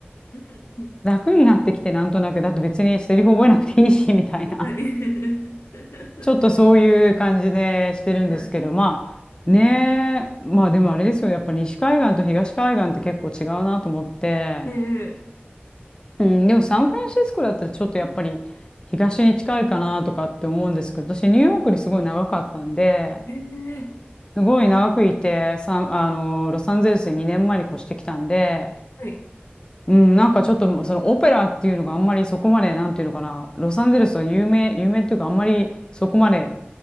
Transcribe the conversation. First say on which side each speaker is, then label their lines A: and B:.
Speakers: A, on the left; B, on the left.
A: うんうん。
B: 楽になってきて、なんとなく。だって別にセリフ覚えなくていいし、みたいな。
A: はい。<laughs>
B: ちょっとそういう感じでしてるんですけど、
A: はい。
B: まあねえ、まあでもあれですよ、やっぱ西海岸と東海岸って結構違うなと思って、
A: ええ、
B: うん、でもサンフランシスコだったらちょっとやっぱり東に近いかなとかって思うんですけど、私ニューヨークにすごい長かったんで、
A: ええ。ええ
B: すごい長くいて、サンあの、ロサンゼルスに2年前に越してきたんで、
A: はい。
B: うん、なんかちょっとそのオペラっていうのがあんまりそこまで、なんていうのかな、ロサンゼルスは有名、有名っていうかあんまりそこまで